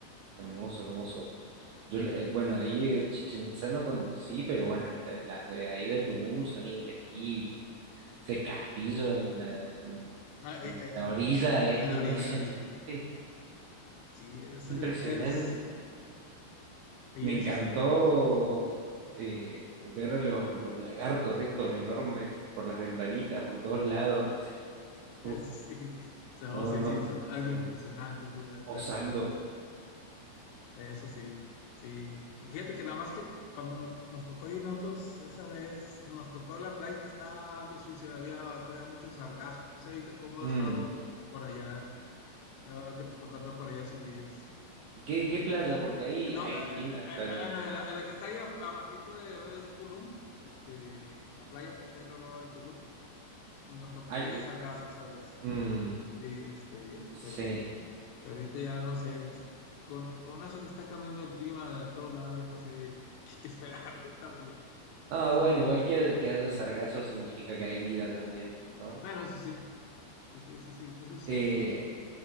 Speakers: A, on the right (about 80°); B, on the left (about 80°).
A: hermoso, hermoso. Yo, eh, bueno, ahí eh, Chichen Itzá no conocí, pero bueno, las, de las de ahí de Tulum son increíbles. Ese castillo en la, en,
B: Ah,
A: en
B: eh, eh,
A: la
B: ah,
A: orilla es
B: en
A: impresionante,
B: la orilla, sí. Sí, es,
A: es
B: el,
A: impresionante.
B: es, ahí
A: Me
B: es,
A: encantó eh, ver los, los lagartos estos enormes por las ventanitas, por todos lados. así.
B: Eso
A: Uf,
B: sí, o sea,
A: no,
B: oh, sí,
A: no,
B: sí, es
A: impresionante.
B: algo impresionante, muy bueno
A: Posando.
B: eso, eso sí, sí. Fíjate que nada más que cuando me- nos tocó ir nosotros esa vez, nos tocó la playa que está algo sucia, había todavía mucho sargazo, no sé ahorita cómo ha
A: Mm.
B: estado por allá, eh, que te tocó andar por allá esos días.
A: ¿Qué, qué playa? Porque ahí
B: Eh, no,
A: hay
B: eh,
A: distintas playas.
B: eh, eh, no, en la, en la que está ahí ab- abajito de donde es Tulum, este, la playa que está ahí luego luego en Tulum, eh, nos tocó
A: Al-
B: que había sargazo esa vez.
A: mm,
B: Sí, este,
A: sí.
B: pero Pero ahorita ya no sé, con, con eso que está cambiando el clima de todos lados, ya no sé <laughs> qué, qué esperar <laughs> también.
A: Ah,
B: Sí.
A: bueno, igual que, que haya sargazo significa que hay vida también, ¿no?
B: Bueno, eso sí, sí, eso sí, eso es cierto.
A: Eh,